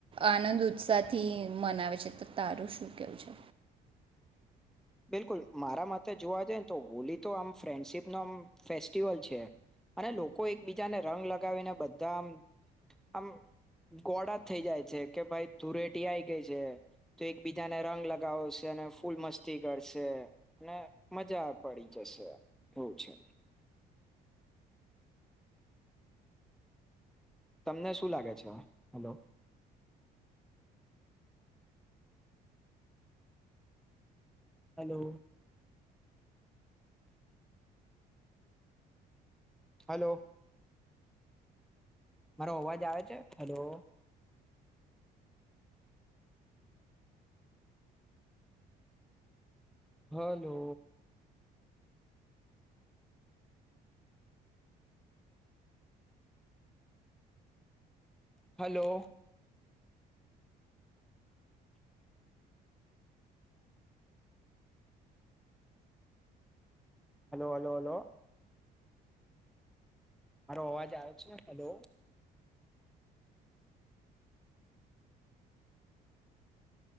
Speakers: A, on the right; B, in the centre.
A: આનંદ ઉત્સાહથી મનાવે છે તો તારું શું કેવું છે.
B: બિલકુલ મારા માટેથે જોવા જઈએ ને તો હોલી તો આમ ફ્રેન્ડશીપ ન આમ ફેસ્ટિવલ છે અને લોકો એકબીજાને રંગ લગાવીને બધામ આમ ગોળ થઈ જાય છે કે ભાઈ ધુરેટી આઈ ગઈ છે તો એકબીજાને રંગ લગાવ છે અને ફૂલ મસ્તી. કરશે અને મજા પડી જશે એવું છે. તમને શું લાગે છે હેલો. હેલો. હલોલો. મારો અવાજ આવે છે hello. Hello. Hello. Hello hello hello. મારો અવાજ આવ છે ને હેલો.